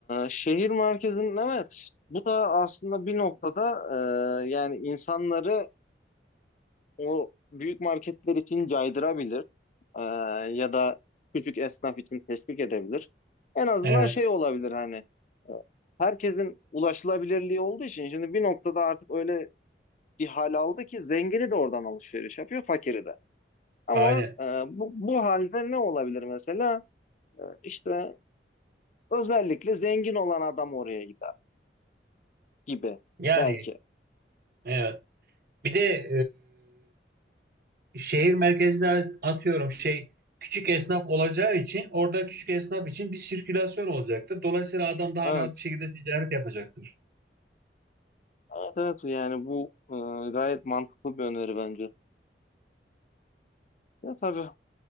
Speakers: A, on the left; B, on the right.
A: şehir merkezinin evet bu da aslında bir noktada e, yani insanları o büyük marketler için caydırabilir. Ee, ya da küçük esnaf için teşvik edebilir. En azından
B: Evet,
A: şey olabilir hani e, herkesin ulaşılabilirliği olduğu için şimdi bir noktada artık öyle bir hal aldı ki zengini de oradan alışveriş yapıyor, fakiri de. Ama
B: aynen.
A: e, bu, bu halde ne olabilir mesela? E, işte özellikle zengin olan adam oraya gider gibi
B: Yani
A: belki.
B: evet. Bir de e, şehir merkezine atıyorum şey küçük esnaf olacağı için orada küçük esnaf için bir sirkülasyon olacaktır. Dolayısıyla adam daha
A: Evet.
B: rahat bir şekilde ticaret yapacaktır.
A: Evet evet yani bu e, gayet mantıklı bir öneri bence. Ya tabii